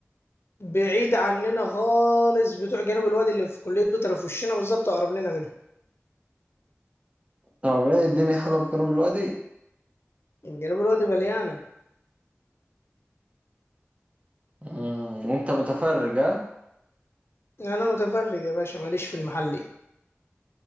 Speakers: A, on the left; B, on the right.
A: بعيد عننا خالص بتوع جنوب الوادي اللي في كلية بيطر في وشنا بالظبط أقرب لنا منهم
B: طب ايه الدنيا حلوة في جنوب الوادي
A: جنوب الوادي مليانة
B: امم وانت متفرج ها
A: أنا متفرج يا باشا ماليش في المحلي